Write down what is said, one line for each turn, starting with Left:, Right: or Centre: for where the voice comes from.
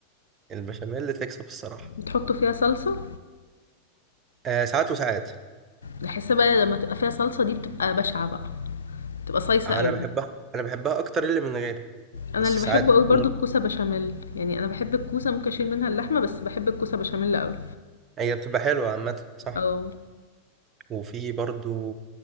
Right: البشاميل اللي تكسب الصراحه
Left: بتحطوا فيها صلصة
Right: آه ساعات وساعات
Left: بحس بقى لما تبقى فيها صلصة دي بتبقى بشعة بقى بتبقى صيصة
Right: انا
Left: قوي
Right: بحبها انا بحبها اكتر اللي من غيرها
Left: انا
Right: بس
Left: اللي بحبه
Right: ساعات
Left: قوي برضو
Right: مم.
Left: الكوسة بشاميل يعني انا بحب الكوسة ممكن اشيل منها اللحمة بس بحب الكوسة بشاميل قوي
Right: هي بتبقى حلوه عامه صح
Left: اه
Right: وفي برضو